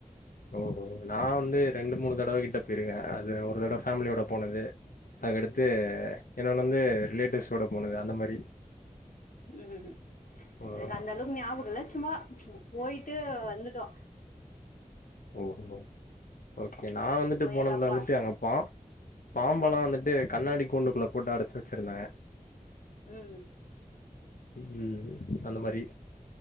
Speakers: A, on the left (about 90°); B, on the left (about 70°).
A: ஓ ஓஹோ நா வந்து ரெண்டு மூணு தடவ கிட்ட போயிருக்கே அது ஒரு தடவ ஃபேமிலியோட போனது அதுகடுத்து
B: ம்
A: என்னோ வந்து ரிலேட்டிவ்ஸோட போனது அந்த மாரி
B: ம்
A: அவ்வளோதான்.
B: எனக்கு அந்த அளவுக்கு ஞாபக இல்ல சும்மா போயிட்டு வந்துட்டோ
A: ஓ ஓஹோ ஓகே நா வந்துட்டு
B: போயெல்லா
A: போனதுல
B: பாத்
A: வந்துட்டு அங்கப்பா பாம்பெல்லா வந்துட்டு கண்ணாடி கூண்டுக்குள்ள போட்டு அடைச்சி வச்சிருந்தாங்க
B: ம்
A: ம் அந்த மாரி